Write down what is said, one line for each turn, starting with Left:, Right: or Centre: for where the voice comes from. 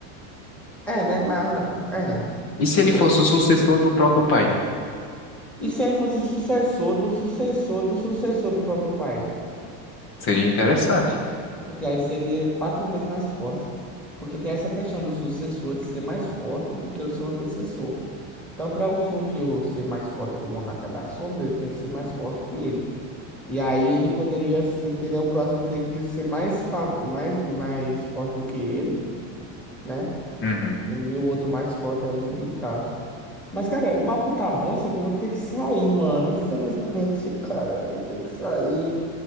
Centre: é, né? Mas, é,
Left: E se
Centre: tipo,
Left: ele fosse o sucessor do próprio pai?
Centre: e se ele fosse sucessor do sucessor do sucessor do próprio pai?
Left: Seria interessante.
Centre: Porque aí seria quatro vezes mais forte. Porque tem essa questão do sucessor ele ser mais forte do que o seu antecessor. Então, para o Son de Ryu ser mais forte que o Monarca da Sombra, ele tem que ser mais forte que ele. E aí ele poderia, se entender, o próximo ter que ser mais, fa- mais, mais forte do que ele, né?
Left: Uhum.
Centre: E o outro mais forte ainda e tal. Mas, cara, o papo tá bom, só que eu vou ter que sair, mano. Infelizmente, <laughs> cara, eu vou ter que sair.